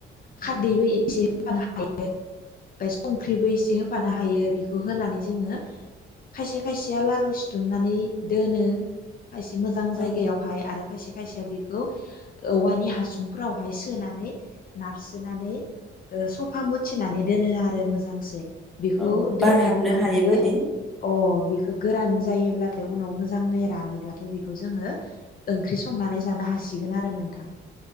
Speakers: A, on the left (about 45°); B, in the centre.
A: खारदैबो एसे हानो हा हायो। ओमफ्राय संख्रिबो एसे होफानो हायो। बेखौ होनानै जोङो खायसे खायसेया लारु सिथुमनानै दोनो। खायसे मोजां
B: औ
A: जायगायावहाय आरो खायसे खायसे बेखौ औवानि हासुंफोरावहाय सोनानै नार सोनानै ओ सफा थिनानै दोनो आरो मोजांसै। बेखौ
B: औ
A: दोननायनि
B: बार हाबनो
A: उनाव
B: हायै
A: बियो
B: बायदि
A: अ बेखौ गोरान जायोब्लाथाय उनाव मोजाङै रानोब्लाथाय बेखौ जोङो ओंख्रि संनानै जानो हासिगोन आरो नोंथां।